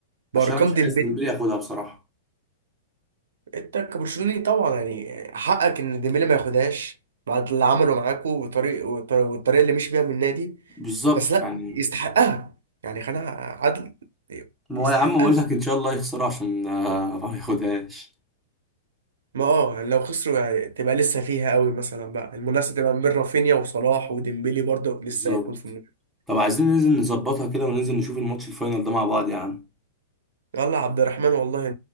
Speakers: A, on the right (about 85°); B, in the centre.
A: بارقام
B: عشان انا مش
A: ديمبلي
B: عايز ديمبلي ياخدها بصراحه
A: انت كبرشلوني طبعا يعني حقك ان ديمبلي ما ياخدهاش بعد اللي عمله معاكوا والطريق والط- والطريقه اللي مشي بيها من النادي
B: بالظبط
A: بس لا
B: يعني
A: يستحقها يعني خلينا عدل
B: ما
A: يستحقها
B: هو يا عم بقول لك ان شاء الله يخسرها عشان آه، <laughs> ما ياخدهاش
A: ما اه يعني لو خسروا يعني تبقى لسه فيها قوي مثلا بقى المنافسه تبقى ما بين رافينيا وصلاح وديمبلي برضه
B: بالظبط
A: لسه هيكون في المنافسه
B: طب عايزين ننزل نظبطها كده وننزل نشوف الماتش الفاينل ده مع بعض يا عم
A: يلا يا عبد الرحمن والله